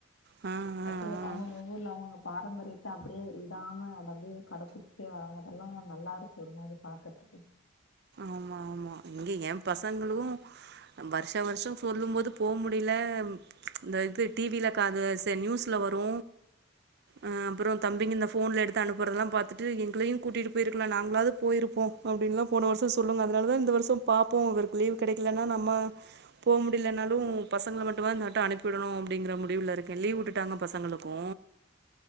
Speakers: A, on the right; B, on the left.
A: ஆ ஆ
B: அது அவுங்கவுங்க
A: ஆ
B: ஊர்ல அவுங்கவுங்க பாரம்பரியத்த அப்டியே விடாம அத அப்டியே கட புடிச் சசி வராங்க அதெல்லா நல்லாருக்கு ஒரு மாரி பாக்றதுக்கு
A: ஆமா ஆமா இங்க ஏ பசங்ளு வர்ஷ வர்ஷோ சொல்லும் போது போ முடில இந்த இது டிவில காது செ நியூஸ்ல வரு ஆ அப்பறோ தம்பிங்க இந்த ஃபோன்ல எடுத்து அனுப்புறதலா பாத்துட்டு எங்களயு கூட்டிட்டு போயிருக்லா நாங்ளாவது போயிருப்போ அப்டின்லா போன வர்ஷோ சொல்லுங்க அதனாலதா இந்த வர்ஷோ பாப்போ இவுருக்கு லீவ் கெடைக்கலனா நம்ம போ முடிலனாலு பசங்கள மட்டு்மாத் இந்தாட்ட அனுப்விடணு அப்டிங்ற முடிவுல இருக்கே லீவ் உட்டுட்டாங்க பசங்களுக் கு